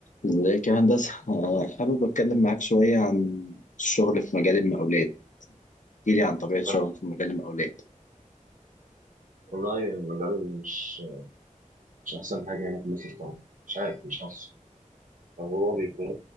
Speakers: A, on the left; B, on the right.
A: ازيك يا هندسة؟ <laughs> آه، حابب أتكلم معاك شوية عن الشغل في مجال المقاولات، احكيلي عن طبيعة شغلك
B: حلو.
A: في مجال المقاولات،
B: والله المجال مش مش أحسن حاجة هنا في مصر طبعا مش عارف مش حاسس فهو بيكون